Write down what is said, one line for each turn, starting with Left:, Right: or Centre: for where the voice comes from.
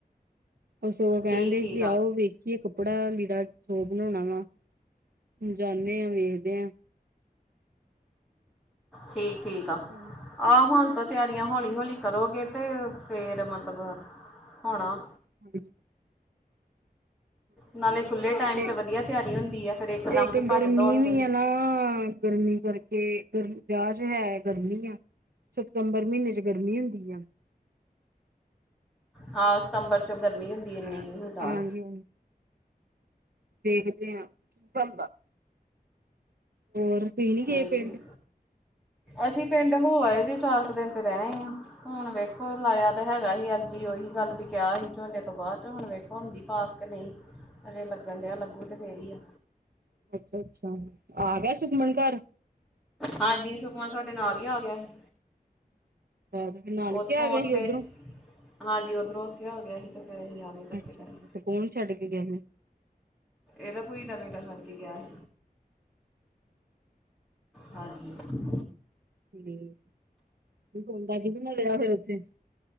Right: ਬਸ ੳਈ ਕਹਿੰਦੇ
Centre: ਠੀਕ ਠੀਕ
Right: ਕਿ
Centre: ਆ
Right: ਆਓ ਵੇਖੀਏ ਕੱਪ ਕੱਪੜਾ ਲੀੜਾ ਜੋ ਬਣਓਣਾ ਵਾ ਹੁਣ ਜਾਣੇ ਆ ਵੇਖਦੇ ਆ।
Centre: ਠੀਕ-ਠੀਕ ਆ
Right: ਹਾਂਜੀ।
Centre: ਆਹ ਹੁਣ ਤਾ ਤਿਆਰੀ ਹੌਲੀ-ਹੌਲੀ ਕਰੋਗੇ ਤੇ ਫੇਰ ਮਤਲਬ ਹੋਣਾ।
Right: ਹਾਂ
Centre: ਨਾਲੇ ਖੁੱਲ੍ਹੇ ਟਾਈਮ
Right: ਤੇ
Centre: 'ਚ ਵਧੀਆ ਤਿਆਰੀ ਹੁੰਦੀ ਆ ਫਿਰ ਇੱਕਦਮ
Right: ਏਕ
Centre: 'ਚ ਭੱਜ
Right: ਗਰਮੀ
Centre: ਦੌੜ
Right: ਵੀ
Centre: 'ਚ ਨੀ।
Right: ਏ ਨਾ ਗਰਮੀ ਕਰਕੇ ਗਰ ਵਿਆਹ ਚ ਹੈ ਗਰਮੀ ਆ ਸਤੰਬਰ ਮੀਨੇ ਚ ਗਰਮੀ ਹੁੰਦੀ ਆ।
Centre: ਹਾਂ ਸਤੰਬਰ ਚੋ ਗਰਮੀ ਹੁੰਦੀ ਇੰਨੀ ਨੀ
Right: ਹਾਂਜੀ
Centre: ਹੁੰਦਾ।
Right: ਦੇੇਖਦੇ ਹਾਂ ਕੀ ਬਣਦਾ। ਹੋਰ ਤੁਸੀਂ ਨੀ
Centre: ਠੀਕ-ਠੀਕ।
Right: ਗਏ ਪਿੰਡ?
Centre: ਅਸੀਂ ਪਿੰਡ ਹੋ ਆਏ ਜੇ ਚਾਰ ਕੁ ਦਿਨ ਤੇ ਰੈ ਆਏ ਆ ਹੁਣ ਵੇਖੋ ਲਾਇਆ ਤੇ ਹੈਗਾ ਹੀ ਅਰਜ਼ੀ ਓਹੀ ਗੱਲ ਬੀ ਕਿਹਾ ਸੀ ਝੋਨੇ ਤੋਂ ਬਾਦ ਚੋ ਵੇਖੋ ਹੁੰਦੀ ਪਾਸ ਕੇ ਨਈ। ਅਜੇ ਲੱਗਣ ਡਿਆ ਲੱਗੂ ਤੇ ਫੇਰ ਈ ਆ।
Right: ਅੱਛਾ-ਅੱਛਾ ਆ ਗਯਾ ਸੁੱਖਮਨ ਘਰ
Centre: ਹਾਂਜੀ ਸੁੱਖਮਨ ਸਾਡੇ ਨਾਲ ਈ ਆ ਗਿਆ ਹੀ।
Right: ਫੇਰ ਨਾਨਕੇ
Centre: ਉੱਥੋਂ
Right: ਆ ਗਿਆ
Centre: ਉੱਥੇ
Right: ਹੀ ਓਧਰੋਂ
Centre: ਹਾਂਜੀ ਓਧਰੋਂ ਓੱਥੇ ਆ ਗਿਆ ਹੀ ਤੇ ਫਿਰ ਅਹੀ ਆ ਗਏ ਇਕੱਠੇ
Right: ਅੱਛਾ-ਅੱਛਾ
Centre: ਘਰੇ
Right: ਤੇ ਕੌਣ ਛੱਡ ਕੇ ਗਿਆਂ ਫੇਰ?
Centre: ਏਦਾ ਪੂਈ ਦਾ ਬੇਟਾ ਛੱਡ ਕੇ ਗਯਾ ਹੀ। ਹਾਂਜੀ।
Right: ਠੀਕ ਤੇ ਸੌਂਦਾ ਕਿਦੇ ਨਾਲ ਰਿਹਾ ਫੇਰ ਓੱਥੇ?